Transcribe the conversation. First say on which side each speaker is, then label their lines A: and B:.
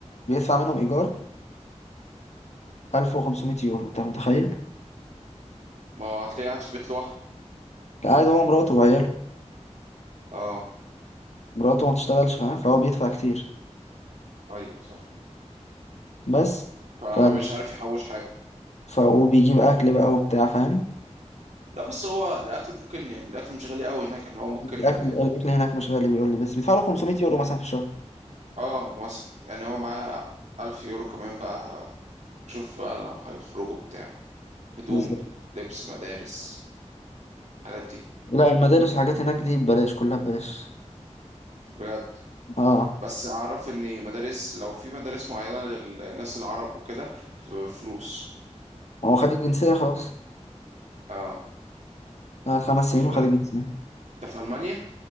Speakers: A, on the left; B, on the right.
A: بيدفع منهم ايجار 1500 يورو انت متخيل
B: ما هو هتلاقيه قاعد في بيت لوحده
A: قاعد هو مراته وعياله
B: اه
A: مراته ما بتشتغلش فاهم فهو بيدفع كتير
B: ايوه صح
A: بس
B: فمش
A: ف...
B: عارف يحوش حاجة
A: ف... وبيجيب اكل بقى وبتاع فاهم
B: لا بس هو الاكل ممكن يعني الاكل مش غالي قوي هناك يعني هو ممكن
A: الاكل الاكل هناك مش غالي بيقول لي بس بيدفع له 500 يورو مثلا في الشهر
B: اه مثلا يعني هو معاه الف يورو كمان بقى شوف بقى لو هيخرجوا بتاع هدوم
A: بالظبط
B: لبس مدارس الحاجات دي
A: لا المدارس والحاجات هناك دي ببلاش كلها ببلاش
B: بجد
A: اه
B: بس اعرف ان مدارس لو في مدارس معينة للناس العرب وكده بتبقى بفلوس
A: ما هو خد الجنسية خلاص
B: اه
A: آه خمس سنين وخد
B: حلو
A: الجنسية
B: ده في المانيا